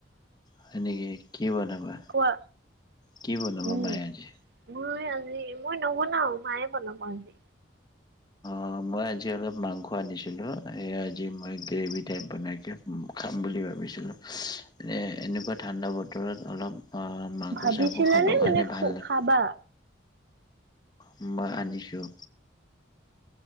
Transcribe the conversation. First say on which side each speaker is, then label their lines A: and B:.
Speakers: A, on the left (about 20°); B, on the right (about 55°).
A: হয়, নেকি কি বনাবা?
B: কোৱা
A: কি বনাবা
B: উম।
A: মায়ে আজি
B: মই আজি মই নবনাওঁ মায়ে বনাব আজি।
A: অ', মই আজি অলপ মাংস আনিছিলোঁ। সেয়া আজি মই গ্ৰেভি টাইপ বনাই খাম। উম, খাম বুলি ভাবিছিলোঁ। এ এনেকুৱা ঠাণ্ডা বতৰত অলপ অ' মাংস
B: ভাবিছিলানে
A: চাংস খাবৰ কাৰণে
B: মানে
A: ভাল লাগ।
B: খাবা
A: উম মই আনিছোঁ।